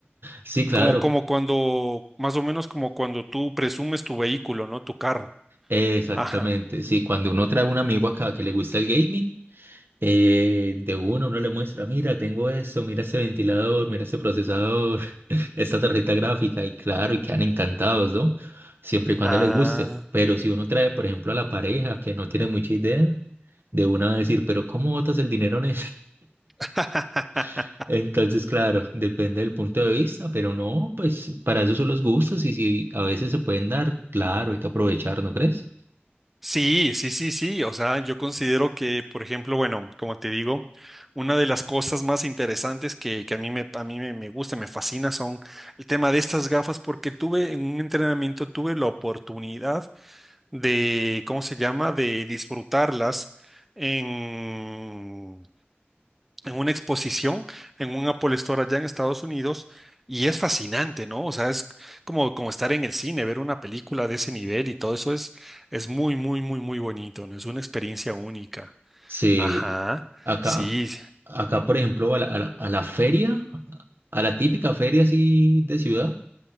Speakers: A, on the right; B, in the centre.
A: Sí, claro,
B: Como, como cuando, más o menos como cuando tú presumes tu vehículo, ¿no? Tu carro.
A: Exactamente,
B: Ajá.
A: sí, cuando uno trae un amigo acá que le gusta el gaming, eh, de uno uno le muestra, mira, tengo esto, mira este ventilador, mira este procesador, <laughs> esta tarjeta gráfica, y claro, y quedan encantados, ¿no? Siempre y cuando
B: Ah,
A: le guste, pero si uno trae, por ejemplo, a la pareja que no tiene mucha idea, de una va a decir, pero ¿cómo botas el dinero en eso?
B: <laughs>
A: <laughs> Entonces, claro, depende del punto de vista, pero no, pues para eso son los gustos y si a veces se pueden dar, claro, hay que aprovechar, ¿no crees?
B: Sí, sí, sí, sí. O sea, yo considero que, por ejemplo, bueno, como te digo, una de las cosas más interesantes que, que a mí me, a mí me, me gusta, me fascina, son el tema de estas gafas, porque tuve en un entrenamiento, tuve la oportunidad de, ¿cómo se llama?, de disfrutarlas en, en una exposición en un Apple Store allá en Estados Unidos y es fascinante, ¿no? O sea, es como, como estar en el cine, ver una película de ese nivel y todo eso es, es muy, muy, muy, muy bonito, ¿no? Es una experiencia única.
A: Sí.
B: Ajá,
A: Acá,
B: sí,
A: acá, por ejemplo, a la, a la- a la feria, a la típica feria así de ciudad,